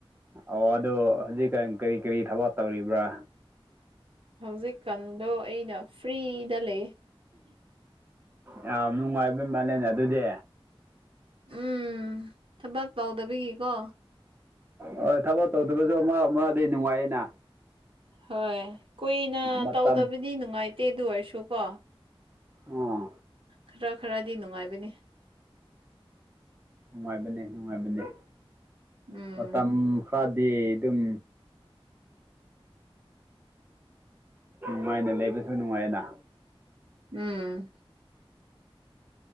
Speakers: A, on the right; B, on the right.
A: ꯑꯣ ꯑꯗꯣ ꯍꯧꯖꯤꯛ ꯀꯔꯤ ꯀꯔꯤ ꯊꯕꯛ ꯇꯧꯔꯤꯕ꯭ꯔꯥ
B: ꯍꯧꯖꯤꯛꯀꯥꯟꯗꯣ ꯑꯩꯅ ꯐ꯭ꯔꯤꯗ ꯂꯩꯌꯦ꯫
A: ꯌꯥꯝ ꯅꯨꯡꯉꯥꯏꯕ ꯃꯥꯜꯂꯦꯅꯦ ꯑꯗꯨꯗꯤ
B: ꯎꯝ ꯊꯕꯥꯛ ꯇꯧꯗꯕꯒꯤꯀꯣ
A: ꯍꯣꯏ ꯊꯕꯛ ꯇꯧꯗꯕꯁꯨ ꯑꯃ ꯑꯃꯗꯤ ꯅꯨꯡꯉꯥꯏꯩꯅ
B: ꯍꯣꯏ ꯀꯨꯏꯅ
A: ꯃꯇꯝ
B: ꯇꯧꯗꯕꯗꯤ ꯅꯨꯡꯉꯥꯏꯇꯦ ꯑꯗꯨ ꯑꯣꯏꯔꯁꯨꯀꯣ
A: ꯑꯥ
B: ꯈꯔ ꯈꯔꯗꯤ ꯅꯨꯡꯉꯥꯏꯕꯅꯤ
A: ꯅꯨꯡꯉꯥꯏꯕꯅꯦ ꯅꯨꯡꯉꯥꯏꯕꯅꯦ
B: ꯎꯝ
A: ꯃꯇꯝ ꯈꯔꯗꯤ ꯑꯗꯨꯝ ꯅꯨꯡꯉꯥꯏꯅ ꯂꯩꯕꯁꯨ ꯅꯨꯡꯉꯥꯏꯅ
B: ꯎꯝ